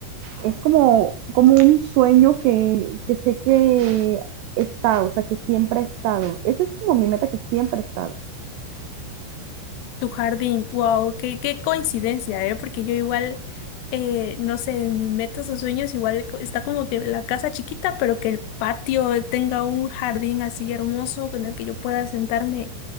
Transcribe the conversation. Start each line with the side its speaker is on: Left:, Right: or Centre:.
Right: es como, como un sueño que, que sé que está, o sea, que siempre ha estado. Esa es como mi meta que siempre ha estado.
Left: Tu jardín, wow, qué, qué coincidencia, ¿eh? Porque yo igual, eh, no sé, en mis metas o sueños igual co- está como que la casa chiquita, pero que el patio tenga un jardín así hermoso con el que yo pueda sentarme